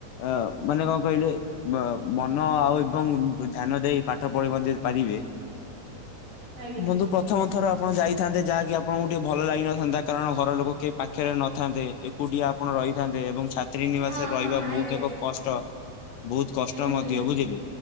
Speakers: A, on the left; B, on the right.
A: ଅ ମାନେ କଣ କହିଲେ ବା ମନ ଆଉ ଏବଂ ଧ୍ୟାନ ଦେଇ ପାଠ ପଢି ମଧ୍ୟ ପାରିବେ।
B: ଆଜ୍ଞା।
A: ବନ୍ଧୁ ପ୍ରଥମ ଥର ଆପଣ ଯାଇଥାନ୍ତେ ଯାହାକି ଆପ ଆପଣଙ୍କୁ ଟିକେ ଭଲ ଲାଗିିନଥାନ୍ତା କାରଣ ଘର ଲୋକ କେ ପାଖରେ ନଥାନ୍ତେ। ଏକୁଟିଆ ଆପଣ ରହିଥାନ୍ତେ ଏବଂ ଛାତ୍ରୀ ନିବାସରେ
B: ହଁ
A: ରହିବା
B: ହଁ ଆଜ୍ଞା
A: ବହୁତ ଏକ କଷ୍ଟ। ବହୁତ୍ କଷ୍ଟ
B: ହୁଁ
A: ମଧ୍ୟ
B: ହୁଁ
A: ବୁଝିଲି